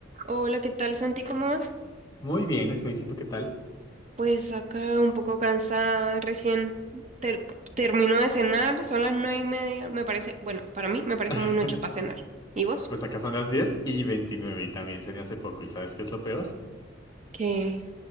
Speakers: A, on the right (about 35°); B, on the left (about 20°).
A: Hola, ¿qué tal, Santi? ¿Cómo vas?
B: Muy bien, Stacy, ¿tú qué tal?
A: Pues acá un poco cansada, recién ter- termino de cenar, son las nueve y media, me parece, bueno, para mí me parece
B: <laughs>
A: muy noche para cenar. ¿Y vos?
B: Pues acá son las 10 y 29 y también cené hace poco. ¿Y sabes qué es lo peor?
A: ¿Qué?